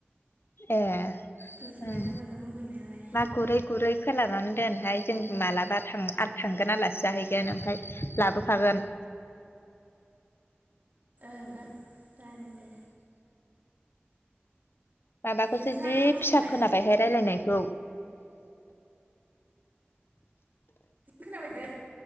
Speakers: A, on the left (about 70°); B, on the right (about 45°).
A: एह
B: बुरजायानो
A: उम
B: मोनदोंमोन मोननायालाय
A: ना गुरै गुरै खोलानानै दोनहाय जों मालाबा थांआद थांगोन आलासि जाहैगोन ओमफाय लाबोफागोन।
B: ओं ओं जागोन दे।
A: माबाखौसो
B: नोंस्रा
A: जि
B: ओंखाम संबाय
A: फिसा खोनाबायहाय रायलायनाय खौ
B: खोनाबायदा?